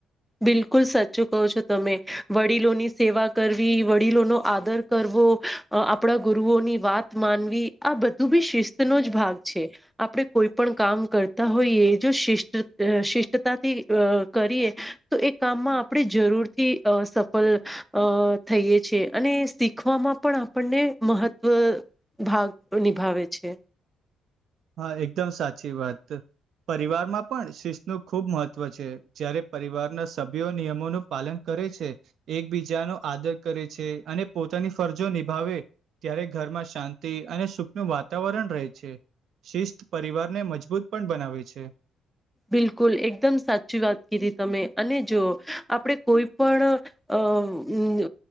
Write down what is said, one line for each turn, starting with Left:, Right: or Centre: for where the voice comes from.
Centre: બિલકુલ સાચું કહો છો તમે, વડીલોની સેવા કરવી, વડીલોનો આદર કર વો અ આપણા ગુરુઓની વાત માનવી, આ બધું બી શિસ્ત નો જ ભાગ છે. આપણે કોઈ પણ કામ કરતા હોઈએ, જો શિ્ટ શિષ્ટતાથી અ કરીએ તો એ કામમાં આપણે જરૂરથી અ સફલ અ થઈએ છે અને એ સીખવામાં પણ આપણને મહત્વ ભાગ નિભાવે છે.
Right: હા એકદમ સાચી વાત. પરિવારમાં પણ શીશ નું ખૂબ મહત્વ છે, જયારે પરિવારના સભ્યો નિયમોનું પાલન કરે છે, એકબીજાનો આદર કરે છે અને પોતાની ફરજો નિભાવે, ત્યારે ઘરમાં શાં તી અને સુખનું વાતાવરણ રહે છે. શિસ્ત પરિવારને મજબૂત પણ બનાવે છે
Centre: બિલકુલ એકદમ સાચી વાત કરી તમે અને જો આપણે કોઈ પણ